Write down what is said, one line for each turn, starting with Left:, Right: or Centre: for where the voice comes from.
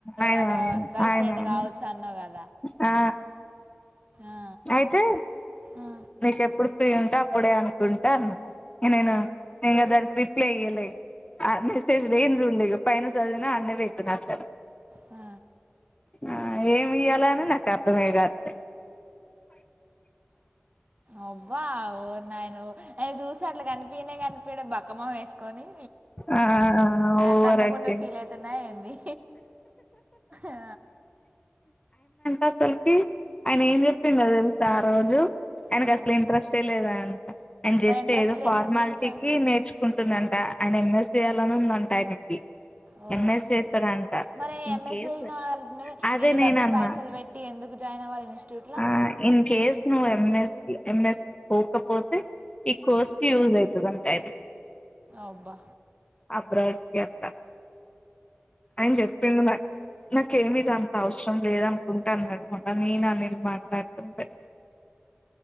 Left: ఆయనే
Right: వాళ్ళ
Left: ఆయనే
Right: గర్ల్
Left: ఆయనే
Right: ఫ్రెండ్
Left: ఆయనే
Right: కావచ్చు అన్నావు కదా
Left: ఆ
Right: ఆ,
Left: ఆయితే
Right: ఆ,
Left: న చెప్పుడు ఉంటే అప్పుడే అనుకుంటాను ఇనేనా
Right: ఆ,
Left: ఇం <unintelligible> రీప్లే ఇయ్యలే ఆ మెసేజ్ లేని చూడ్లే ఇగ పైన చదివినా అన్నే పెట్టిన అట్ల
Right: ఆ
Left: ఆ ఏమి ఇయ్యాల అని నాకు అర్థమే కాట్లే
Right: అబ్బా ఓరి నాయనో ఏ చూ అట్ల కని కన్పియనే కన్పియడు బక్క మొహం ఏసుకొని
Left: ఆ ఆ
Right: అదంత
Left: ఓవర్
Right: అందంగుంనట్
Left: యాక్టింగ్
Right: ఫీల్ అయితున్నా ఏంది ఆ
Left: అసల్కి ఆయనా ఏం చెప్పిండో తెల్సా ఆ రోజు ఆయనకు
Right: ఆ.
Left: అసల్ ఇంట్రెస్టే లేదా అంట ఆడ్
Right: మరి
Left: జస్ట్
Right: ఇంట్రెస్ట్
Left: ఏదో
Right: లేని
Left: ఫార్మాలిటీ
Right: ఎందుకు జాన్
Left: టికి నేర్చుకుంటుందంట ఆయన ఎంఎస్ చేయ్యాలనుందంట ఆయనకి
Right: ఓ
Left: ఎంఎస్ చేస్తాడంట
Right: మరి
Left: ఇన్
Right: ఎంఎస్
Left: కేస్
Right: చేసిన వాళ్ళని
Left: అదే
Right: ఇన్ని
Left: నేనన్న
Right: డబ్బులు పైసలు పెట్టి ఎందుకు జాయిన్ అవ్వాలి ఇన్స్టిట్యూట్లో
Left: ఆ ఇన్ కేసు నువ్వు ఎంఎస్ ఏంఏస్ కాకపోతే ఈ కోర్సు యూజ్ అయి అయితే
Right: అబ్బా
Left: అబ్రాట్కి అక్క అన్ చెప్పిండు మ కేమి దానిక్ అవసరం లేదనుకుంట అన్నడు. మొన్న నేను అనిల్ మాట్లాడ్తుంటే